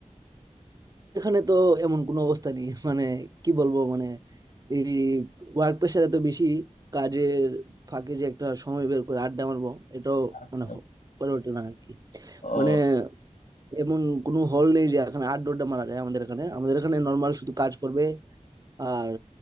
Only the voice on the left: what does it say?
আচ্ছা
আচ্ছা
ও